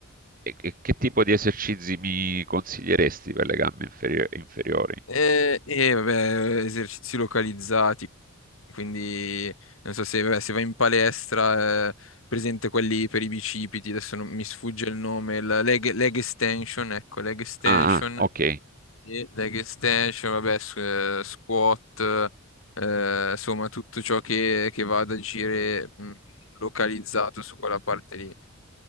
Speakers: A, on the right; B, on the left.
A: E, e che tipo di esercizi mi consiglieresti per le gambe inferi- inferiori?
B: E, e, vabbè, esercizi localizzati, quindi non so se, vabbè, se vai in palestra, eh, presente quelli per i bicipiti, adesso non- mi sfugge il nome, il leg, leg extension, ecco, leg extension,
A: Ah, ah, ok.
B: e leg extension, vabbè, s- eh, squat, eh, insomma, tutto ciò che, che va ad agire mh, localizzato su quella parte lì.